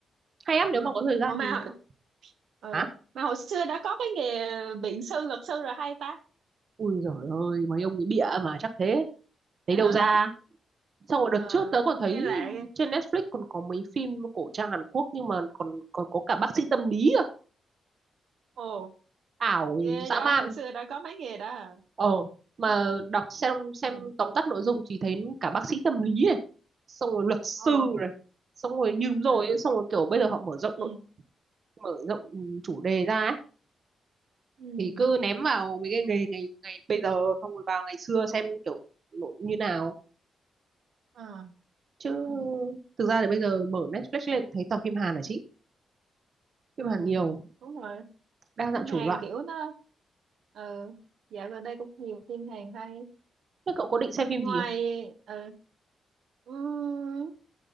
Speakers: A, on the right (about 45°); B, on the right (about 75°).
A: hay lắm
B: ừ
A: nếu mà có thời gian
B: ủa
A: thì
B: mà
A: kiểu,
B: ừ
A: hả
B: mà hồi xưa đã có cái nghề biện sư luật sư rồi hay ta
A: ui giời ơi mấy ông ấy bịa mà chắc thế
B: Dạ
A: thấy đâu
B: hả
A: ra xong rồi đợt
B: ờ
A: trước tớ còn thấy
B: nghe lạ ghê
A: trên Netflix còn có mấy phim cổ trang Hàn Quốc nhưng mà còn còn có cả bác sĩ tâm lý cơ
B: ồ
A: ảo
B: ghê
A: dã
B: vậy
A: man
B: hồi xưa đã có mấy nghề đó à
A: ờ mà
B: ừ
A: đọc xem xem
B: ừ
A: tóm tắt nội dung thì thấy cả bác sĩ tâm lý này xong rồi luật sư
B: ồ
A: này xong rồi như đúng rồi
B: à
A: ấy, xong rồi kiểu bây giờ họ mở rộng
B: ừ
A: nội mở rộng ừ, chủ đề ra ấy
B: ừ
A: thì cứ ném vào mấy cái nghề ngày ngày bây giờ xong rồi vào ngày xưa xem kiểu nội như nào
B: à
A: chứ
B: <laughs>
A: thực ra thì bây giờ mở Netflix lên thấy toàn phim Hàn là chính phim
B: ừ
A: Hàn nhiều
B: đúng rồi
A: đa dạng
B: phim
A: chủng
B: Hàn
A: loại
B: kiểu nó ừ dạo gần đây cũng nhiều phim Hàn hay
A: thế cậu có định xem phim
B: ngoài
A: gì không
B: ừ ừm,